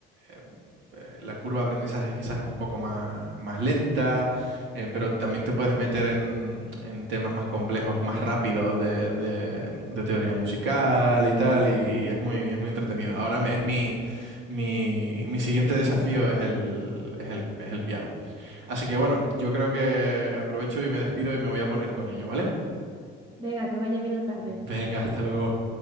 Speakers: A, on the right (about 70°); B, on the right (about 25°).
A: eh, eh, la curva de aprendizaje quizás es un poco más, más lenta, eh, pero también te puedes meter en, en temas más complejos, más rápido de, de- de teoría musical y tal, y, y es muy, es muy entretenido. Ahora es mi, mi, mi siguiente desafío es el, es el, es el piano. Así que bueno, yo creo que aprovecho y me despido y me voy a poner con ello, ¿vale?
B: Venga, que vaya bien la tarde.
A: Venga, hasta luego.